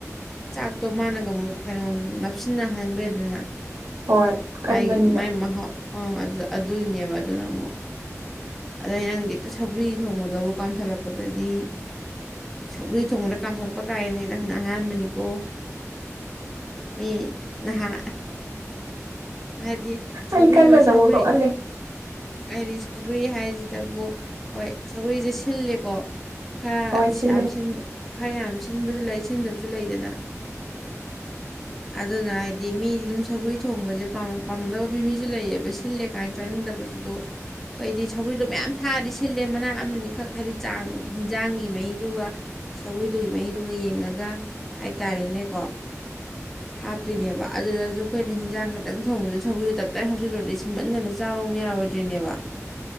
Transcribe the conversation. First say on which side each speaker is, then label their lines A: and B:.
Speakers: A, in the centre; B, on the right.
A: ꯆꯥꯛꯇꯣ ꯃꯥꯅꯒ ꯑꯃꯨꯛ ꯀꯩꯅꯣ ꯅꯞꯁꯤꯟꯅꯍꯟꯒ꯭ꯔꯦꯗꯅ꯫
B: ꯍꯣꯏ ꯀꯟꯕꯅꯤꯅ
A: ꯃꯥꯥꯏꯒꯤ ꯃꯥꯏ ꯃꯍꯥꯎ ꯑꯥ ꯑꯗꯨ ꯑꯗꯨꯏꯅꯦꯕ ꯑꯗꯨꯅ ꯑꯃꯨꯛ ꯑꯗꯩ ꯅꯪꯗꯤ ꯍꯦꯛꯇ ꯁꯧꯒꯔꯤ ꯊꯣꯡꯕꯗꯕꯨ ꯀꯥꯝꯊꯠꯂꯛꯄꯗꯗꯤ ꯁꯧꯒ꯭ꯔꯤ ꯊꯣꯡꯕꯗ ꯀꯥꯝꯊꯠꯂꯛꯄ ꯀꯥꯏꯅ ꯗꯨꯗꯤ ꯅꯪꯅ ꯑꯍꯥꯟꯕꯅꯤꯀꯣ ꯃꯤ ꯅꯍꯥ ꯍꯥꯏꯗꯤ ꯁꯧꯒꯔꯤ
B: ꯑꯩ ꯀꯟꯅ
A: ꯑꯃ
B: ꯅ
A: ꯁꯧꯒꯔꯤ
B: ꯑꯃꯨꯛ ꯅꯣꯛꯍꯜꯂꯦ
A: ꯑꯩꯔꯤ ꯁꯧꯒꯔꯤ ꯍꯥꯏꯁꯤꯗꯕꯨ ꯍꯣꯏ ꯁꯧꯒꯔꯤꯁꯦ ꯁꯤꯜꯂꯦꯀꯣ ꯈꯔ
B: ꯍꯣꯏ ꯁꯤꯜꯂꯦ
A: ꯁꯤ ꯌꯥꯝ ꯁꯤꯟꯕ ꯈꯔ ꯌꯥꯝ ꯁꯤꯟꯕꯁꯨ ꯂꯩ ꯁꯤꯟꯗꯕꯁꯨ ꯂꯩꯗꯅ ꯑꯗꯨꯅ ꯍꯥꯏꯗꯤ ꯃꯤꯗꯨꯝ ꯁꯒꯔꯤ ꯊꯣꯡꯕꯁꯦ ꯄꯥꯝ ꯄꯥꯝꯃꯝꯗꯕ ꯃꯤ ꯃꯤꯁꯨ ꯂꯩꯌꯦꯕ ꯁꯤꯜꯂꯦ ꯀꯥꯏꯅ ꯆꯥꯅꯤꯡꯗꯕꯁꯨ ꯑꯩꯈꯣꯗꯤ ꯁꯧꯒ꯭ꯔꯤꯗꯣ ꯃꯌꯥꯝ ꯊꯥꯛꯑꯗꯤ ꯁꯤꯜꯂꯦ ꯃꯅꯥ ꯑꯃꯅꯤꯈꯛ ꯍꯥꯏꯗꯤ ꯆꯥꯡ ꯍꯤꯟꯖꯥꯡꯒꯤ ꯃꯍꯤꯗꯨꯒ ꯁꯧꯒ꯭ꯔꯤꯗꯨꯒꯤ ꯃꯍꯤꯗꯨꯒ ꯌꯦꯡꯉꯒ ꯍꯥꯏꯇꯥꯔꯦꯅꯦꯀꫭ ꯍꯥꯞꯇꯣꯏꯅꯦꯕ ꯑꯗꯨꯗꯁꯨ ꯑꯩꯈꯣꯏꯅ ꯍꯤꯟꯖꯥꯡ ꯈꯇꯪ ꯊꯣꯡꯕꯗ ꯁꯧꯒ꯭ꯔꯤꯗꯨ ꯇꯞꯇꯥꯏ ꯍꯥꯞꯆꯤꯜꯂꯨꯔꯗꯤ ꯁꯤꯟꯃꯟꯗꯅ ꯆꯥꯕꯃꯨꯛ ꯌꯥꯔꯣꯏꯗ꯭ꯔꯤꯅꯦꯕ